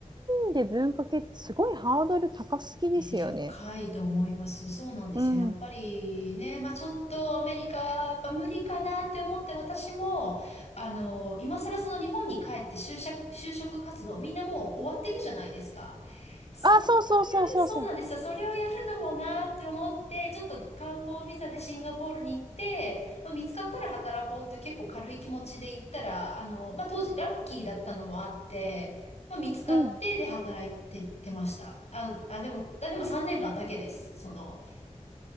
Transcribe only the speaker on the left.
えー高いと思います。そうなんですよ。
やっぱりね、まあちょっとアメリカ、やっぱ無理かなって思って私も、あの、今更その日本に帰って就職、就職活動、みんなもう終わってるじゃないですか。それをや
る、そうなんですよ。それをやるのもなって思って、ちょっと観光ビザでシンガポールに行って、まあ、見つかったら働こうっていう結構軽い気持ちで行ったら、あの、まあ当時ラッキーだったのもあって、まあ、見つかって、
で、働いて、てました。あ、あ、でも、あ、でも3年間だけです。その、